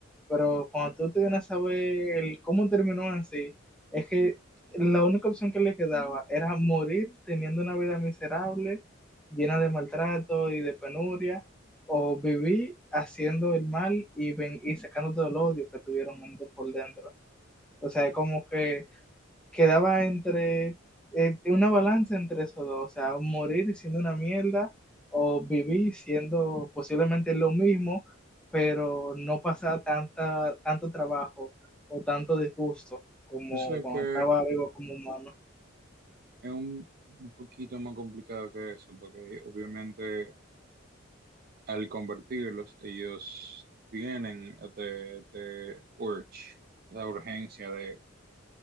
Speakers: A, in the centre; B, on the right.
A: Pero cuando tú te vienes a saber el cómo terminó así, es que la única opción que le quedaba era morir teniendo una vida miserable, llena de maltrato y de penuria, o vivir haciendo el mal y, ven y sacando todo el odio que tuvieron por dentro. O sea, es como que quedaba entre eh, una balanza entre esos dos, o sea, morir siendo una mierda o vivir siendo posiblemente lo mismo, pero no pasar tanta, tanto trabajo o tanto disgusto como
B: Yo sé
A: cuando
B: que
A: estaba vivo como humano.
B: es un un poquito más complicado que eso, porque obviamente... al convertirlos, ellos tienen este, este urge, esa urgencia de,